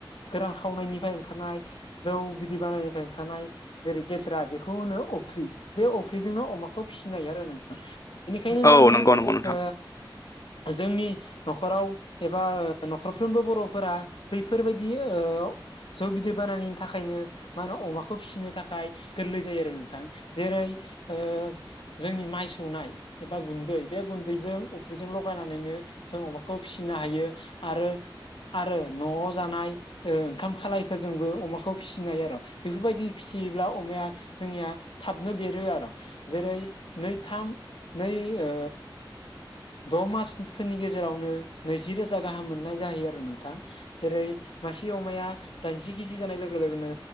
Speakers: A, on the left; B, on the left.
A: गोरान खावनायनिफ्राय ओंखारनाय जौ बिदै बानायनायनिफ्राय ओंखारनाय जेरै गेद्रा बेखौ होनो अफ्रि बे अफ्रिजोंनो अमाखौ फिसिनाय आरो नोंथां। बेनिखायनो
B: औ
A: मा होनो
B: नंगौ नंगौ नोंथां
A: ओ जोंनि न'खराव एबा न'खरफ्रोमबो बर'फोरा बैफोरबायदि ओ जौ बिदै बानायनि थाखायनो मा होनो अमाखौ फिसिनो थाखाय गोरलै जायो आरो नोंथां जेरै ओ जोंनि माइ सौनाय एबा गुन्दै बे गुन्दैजों अफ्रिजों लगायनानैनो जों अमाखौ फिसिनो हायो आरो आरो न'आव जानाय ओ ओंखाम खालाय फोरजोंबो अमाखौ फिसिनो हायो आरो बेफोरबायदि फिसियोब्ला अमाया जोंनिया थाबनो देरो आरो जेरै नै थाम नै ओ द मासफोरनि गेजेरावनो नैजि रोजा गाहाम मोननाय जायो आरो नोंथां जेरै मासे अमाया जि केिजि जानाय लोगो लोगोनो